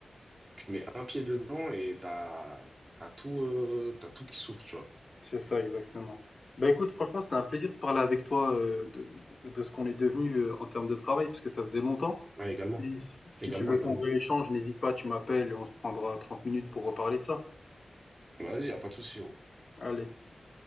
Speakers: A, on the right; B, on the left.
A: Tu mets un pied dedans et t'as, t'as tout, euh, t'as tout qui s'ouvre, tu vois.
B: C'est ça, exactement. Bah écoute, franchement, c'était un plaisir de parler avec toi euh, de, de- de de ce qu'on est devenu euh, en termes de travail, puisque ça faisait longtemps.
A: Ouais, également.
B: Et si si
A: Également,
B: tu veux
A: également.
B: qu'on rééchange, n'hésite pas, tu m'appelles et on se prendra 30 minutes pour reparler de ça.
A: Vas-y, y a pas de souci, gros.
B: Allez.